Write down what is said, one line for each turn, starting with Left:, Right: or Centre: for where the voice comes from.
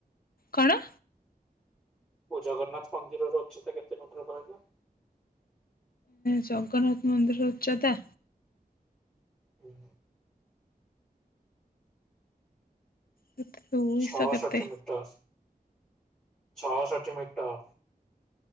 Left: କଣ?
Centre: ଓ ଜଗନ୍ନାଥ ମନ୍ଦିର ଉଚ୍ଚତା କେତେ ମିଟର କହିଲୁ?
Left: ଜଗନ୍ନାଥ ମନ୍ଦିର ଉଚ୍ଚତା
Centre: ହୁଁ
Left: କେତେ ଦୁଇଶହ
Centre: ଛଅଷଠି
Left: କେତେ
Centre: ମିଟର। ଛଅଷଠି ମିଟ ଟର।